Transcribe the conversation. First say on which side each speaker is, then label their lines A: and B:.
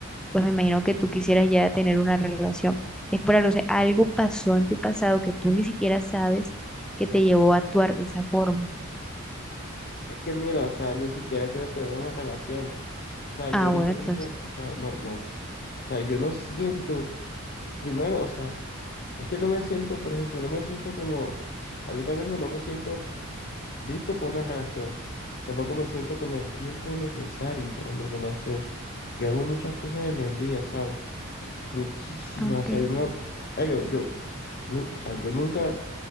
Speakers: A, in the centre; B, on the left.
A: pues me imagino que tú quisieras ya tener una relación, es por algo, o sea, algo pasó en tu pasado que tú ni siquiera sabes que te llevó a actuar de esa forma.
B: Es que mira, o sea, ni siquiera quiero tener una relación. O sea,
A: Ah,
B: yo ahorita
A: bueno, entonces,
B: mismo, o sea, no, no. O sea, yo no siento, primero, o sea, es que no me siento, por ejemplo, no me siento como, ahorita mismo no me siento listo para una relación. Tampoco me siento con el tiempo necesario para una relación. Yo hago muchas cosas en el día, ¿sabes? Muchísimas.
A: ok,
B: O sea, yo, me- ah, yo, yo, yo no, o sea, yo nunca